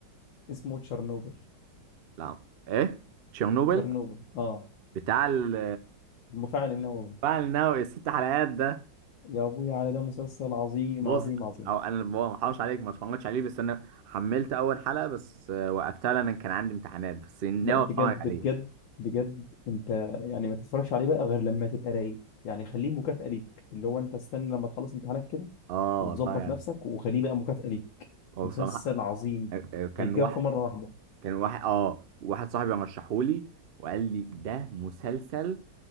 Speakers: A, on the left (about 85°); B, on the right (about 70°).
A: اسمه تشيرنوبل
B: لا ايه تشيرنوبل
A: تشيرنوبل اه
B: بتاع ال
A: المفاعل النووي
B: بتاع النووي الست حلقات ده
A: يا ابويا على ده مسلسل عظيم
B: بص
A: عظيم عظيم
B: هو انا ما حرمش عليك ما اتفرجتش عليه بس انا حملت اول حلقه بس آه، وقفتها لان كان عندي امتحانات بس ناوي
A: لا بجد
B: اتفرج عليه
A: بجد بجد انت يعني ما تتفرجش عليه بقى غير لما تبقى رايق يعني خليه مكافأة ليك اللي هو انت استنى لما تخلص امتحانات كده
B: اه
A: وتظبط
B: اتفرج عليه
A: نفسك وخليه بقى مكافأة ليك
B: هو
A: مسلسل
B: بصراحه
A: عظيم
B: آه، آه، كان
A: هيتجاب
B: واحد
A: في مرة واحدة
B: كان واحد اه واحد صاحبي رشحهولي وقال لي ده مسلسل